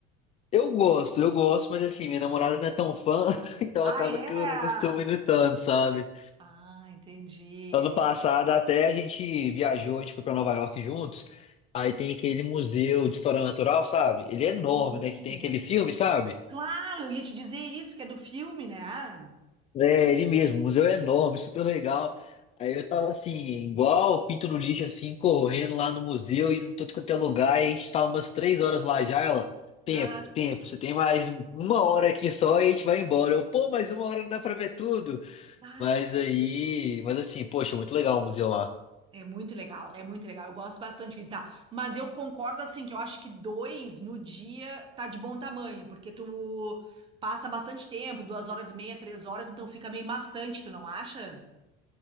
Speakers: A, on the left; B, on the right.
A: Eu gosto, eu gosto, mas assim, minha namorada não é tão fã, <laughs> então
B: Ah,
A: acaba
B: é?
A: que eu não costumo ir tanto, sabe?
B: Ah, entendi.
A: Ano passado até a gente viajou, a gente foi para Nova York juntos. Aí tem aquele museu de história natural, sabe? Ele é enorme,
B: Sim.
A: né? Que tem aquele filme, sabe?
B: Claro, eu ia te dizer isso, que é do filme, né?
A: É, ele mesmo, o museu é enorme, super legal. Aí eu tava assim, igual pinto no lixo, assim, correndo lá no museu e não tô quanto é lugar. E a gente tava umas três horas lá já, ela. Tempo,
B: Ah,
A: tempo, você tem mais uma hora aqui só e a gente vai embora. Eu, pô, mais uma hora não dá pra ver tudo.
B: ah,
A: Mas aí, mas assim, poxa, muito legal o museu lá.
B: é muito legal, é muito legal. Eu gosto bastante de visitar. Mas eu concordo, assim, que eu acho que dois no dia tá de bom tamanho, porque tu passa bastante tempo, duas horas e meia, três horas, então fica meio maçante, tu não acha?